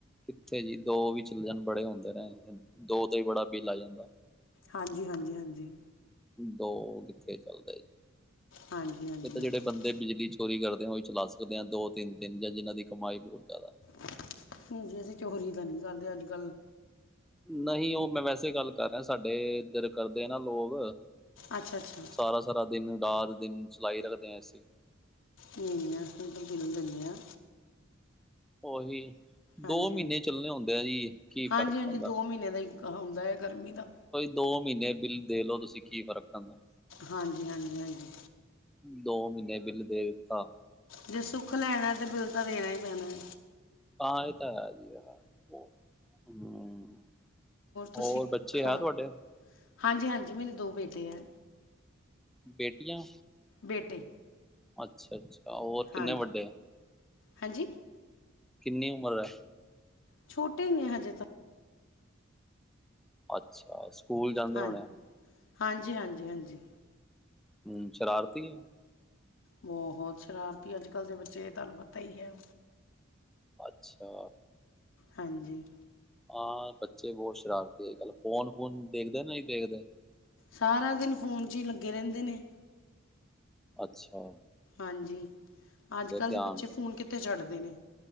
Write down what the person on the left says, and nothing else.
ਹਾਂਜੀ ਹਾਂਜੀ ਹਾਂਜੀ
ਹਾਂਜੀ ਹਾਂਜੀ ਹਾਂਜੀ
ਨਹੀਂ
ਨਹੀਂ ਜੀ ਅਸੀਂ ਚੋਹਰੀ ਤਾਂ ਨਹੀਂ ਕਰਦੇ ਅੱਜ ਕੱਲ੍ਹ
ਅੱਛਾ ਅੱਛਾ
ਨਹੀਂ ਨਹੀਂ ਅਸੀ ਉਹਦਾ ਬਿੱਲ ਦਿੰਦੇ ਹਾਂ
ਹਾਂਜੀ
ਹਾਂਜੀ
ਹਾਂਜੀ ਹਾਂਜੀ
ਦੋ ਮਹੀਨੇ ਦਾ ਹੀ ਹੁੰਦਾ ਹੈ ਗਰਮੀ ਦਾ
ਹਾਂਜੀ ਹਾਂਜੀ ਹਾਂਜੀ
ਜੇ ਸੁੱਖ ਲੈਣਾ ਤੇ ਬਿਲ ਤਾਂ ਦੇਣਾ ਹੀ ਪੈੜਾਂ ਐ
ਤੁਸੀਂ
ਖਾ
ਹਾਂਜੀ ਹਾਂਜੀ ਮੇਰੇ ਦੋ ਬੇਟੇ ਐ।
ਬੇਟੇ
ਹਾਂਜੀ
ਹਾਂਜੀ
ਛੋਟੇ ਹੀ ਨੇ ਹਜੇ ਤਾਂ।
ਹਾਂ
ਹਾਂਜੀ ਹਾਂਜੀ ਹਾਂਜੀ।
ਬਹੁਤ ਸ਼ਰਾਰਤੀ ਅੱਜ ਕੱਲ੍ਹ ਦੇ ਬੱਚੇ ਤੁਹਾਨੂੰ ਪਤਾ ਹੀ ਹੈ।
ਹਾਂਜੀ।
ਸਾਰਾ ਦਿਨ ਫੋਨ ਚੀ ਲੱਗੇ ਰਹਿੰਦੇ ਨੇ।
ਹਾਂਜੀ। ਅੱਜ
ਕੱਲ੍ਹ
ਦੇ ਬੱਚੇ ਫੋਨ
ਕਿੱਥੇ ਛੱਡਦੇ ਨੇ